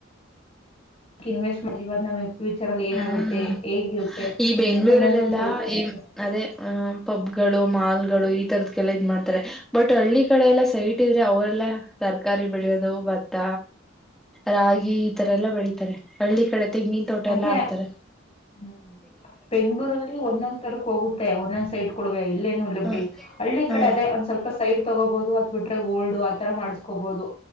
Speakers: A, on the left (about 30°); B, in the centre.
A: ಇನ್ವೆಸ್ಟ್ ಮಾಡಿವಾಗ ನಮ ಫ್ಯೂಚರ್ ಅಲ್ಲಿ ಏನಾಗುತ್ತೆ
B: ಹ್ಮ್
A: ಹೇಂಗಿರುತ್ತೆ
B: ಈ ಬೆಂಗ್ಗಳೂರಲ್ಲೆಲ್ಲಾ
A: ಅನ್ನೋದು ಒಂದ್ ಸ್ವಲ್ಪ ಇರುತ್ತೆ
B: ಈ ಅದೇ ಆ ಪಬ್ ಗಳು ಮಾಲ್ ಗಳು ಈ ತರದಕಲ್ಲ ಇದ್ ಮಾಡ್ತಾರೆ ಬಟ್ ಹಳ್ಳಿ ಕಡೆ ಎಲ್ಲಾ ಸೈಟ್ ಇದ್ರೆ ಅವರೆಲ್ಲ ತರಕಾರಿ ಬೆಳೆಯೋದು ಭತ್ತ ರಾಗಿ ಈ ತರ ಎಲ್ಲ ಬೆಳತಾರೆ ಹಳ್ಳಿ ಕಡೆ ನ್ ತೋಟ
A: ಅದೇ
B: ಎಲ್ಲ ಆಡ್ತಾರೆ
A: ಹ್ಮ್ ಬೆಂಗ್ಳೂರಲ್ಲಿ ಒಂದೊಂದ್ ತರಕ್ ಹೋಗುತ್ತೆ ಒಂದೊಂದ್ ಸೈಟ್ ಕೊೊವೆ ಇಲ್ಲೇನು ಇಲ್ಲ
B: ಹ
A: ಬಿಡಿ ಹಳ್ಳಿ
B: ಹ
A: ಕಡೆ ಅದೇ ಒಂದ್ ಸ್ವಲ್ಪ ಸೈಡ್ ತಗೋಬಹುದು ಅತ್ ಬಿಟ್ರೆ ಗೋಲ್ಡ್ ಆತರ ಮಾಡಸ್ಕೋಬಹುದು